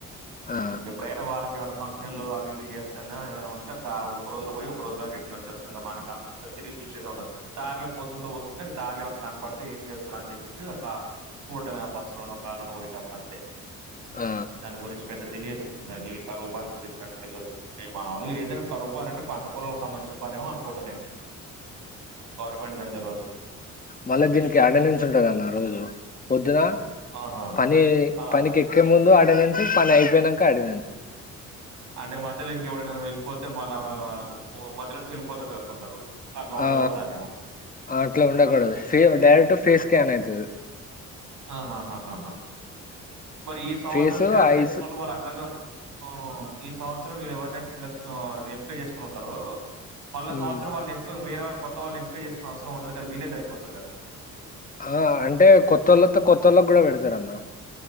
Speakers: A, on the left; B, on the right.
A: ఆ
B: ఎప్పుడైనా వాళ్ళకి ఏమై ఫంక్ష న్లు అవి ఇవి చేస్తాను ఏద ఉంట ఇం ఒక రోు పోయి ఒక రోజు రిటర్న్ వచ్చేస్తు ఇ మనకి తిరిగి చూసేద ఉండదు దారిలో పోతుంటూ వస్తుంటే దారిలో ఏమైనా కనపడితే ఏం చేస్తార అని చెప్పి ఒక కూటమి అభస్లో కాలన పోయేటప్పుడంతే
A: ఆ
B: దాని గురించి పెద్ద తెలియదు ఇంకా ఈ కరువు పని గురించి అంటే తెలియదు మే మాములుగా ఏదైనా కరూ పని అంటే పంట పొలలకు సంబంధించిన పని ఏమో అనుకుంటా నేను గవర్మెంట్ దని తెలువదు
A: మళ్ళ దీనికి అటెండెన్స్ ఉంటదన్న రోజు పొద్దున
B: ఆహా
A: పని
B: ఆ
A: పనికి ఎక్కే ముందు అడనించు పని అయిపోయినాక అడనించు
B: అంటే మధ్యలో ఇంకెవడన్న వెళ్ళిపోతే మళ్ళా మధ్యలో నుంచి వెళ్ళిపోతారు కద కొందరు అట్లా ఉండకూడదనేమో
A: ఆ అట్లా ఉండకూడదు ఫే డైరెక్ట్ ఫేస్ స్కాన్ అయితది
B: అ హ హ హ మరి ఈ సంవత్సరం
A: ఫేస్
B: స్కాన్ చేసుకున్నోళ్ళు
A: ఐస్
B: వాళ్ళు అట్లాగా ఆ ఈ సంవత్సరం మీర్ ఎవరినైతే సెలక్షన్ ఆ ఎంపీక చేసుకుని ఉంటారో మళ్ళ
A: ఉమ్
B: సంవత్సర వాళ్ళ ఎంపిక వేరేళ్ళ కొత్త వాళ్ళ ఎంపిక చేసుకోనసవరం ఉండదు కద వీలేే సరిపోతారు కదా
A: ఆ అంటే కొతోళ్ళతో కొత్త వాళ్ళకి కూడా పెడతారు అన్న